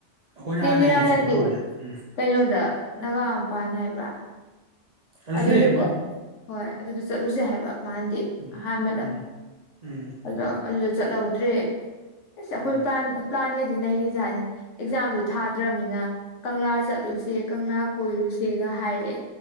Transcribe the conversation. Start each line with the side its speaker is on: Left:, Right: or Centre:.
Right: ꯑꯩꯈꯣꯏꯅ
Left: ꯆꯦ
Right: ꯑꯥ
Left: ꯅꯤꯔꯥꯅꯗꯤ
Right: ꯂꯩꯉꯩ ꯆꯪꯕꯩ ꯋꯥꯅꯤ ꯎꯝ
Left: ꯀꯩꯅꯣꯗ ꯅꯥꯒꯥ ꯃꯄꯥꯟ ꯍꯥꯏꯕ꯭ꯔꯥ
Right: <unintelligible>
Left: ꯑꯗꯨꯏꯗꯨꯗ ꯍꯣꯏ ꯑꯗꯨꯗ ꯆꯠꯂꯨꯁꯦ ꯍꯥꯏꯕ ꯃꯥꯟꯗꯦ
Right: ꯎꯝ
Left: ꯑꯍꯥꯟꯕꯗ
Right: ꯎꯝ ꯎꯝ
Left: ꯑꯗꯣ ꯑꯗꯨꯗ ꯆꯠꯂꯧꯗ꯭ꯔꯦ ꯑꯁ ꯑꯩꯈꯣꯏ
Right: ꯎꯝ
Left: ꯄꯥꯟ ꯄꯂꯥꯟꯒꯗꯤ ꯅꯩꫪꯤꯖꯥꯠꯅꯤ ꯑꯦꯛꯖꯥꯝꯁꯨ ꯊꯥꯗ꯭ꯔꯝꯅꯤꯅ ꯀꯪꯂꯥ ꯆꯠꯂꯨꯁꯦ ꯀꯪꯂꯥ ꯀꯣꯏꯔꯨꯁꯦꯒ ꯍꯥꯏꯔꯛꯑꯦ